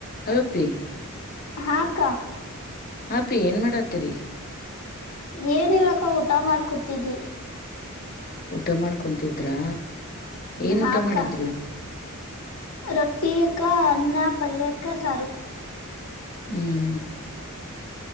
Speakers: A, on the left; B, on the left.
A: Hello ಅಪ್ಪಿ
B: ಹಾ ಅಕ್ಕ
A: ಹ ಅಪಿ ಏನ್ ಮಾಡತ್ತೀರಿ
B: ಏನಿಲ್ಲಕ್ಕ ಊಟ ಮಾಡ್ಕೊತಿದ್ವಿ
A: ಊಟ ಮಾಡಿ ಕುಂತಿದ್ರಾ ಏನ್
B: ಹಾಕ್ಕ
A: ಊಟ ಮಾಡಿದ್ರಿ
B: ರೊಟ್ಟಿ ಅಕ್ಕ ಅನ್ನ ಪಲ್ಯಕ್ಕ ಸಾರು
A: ಹ್ಮ್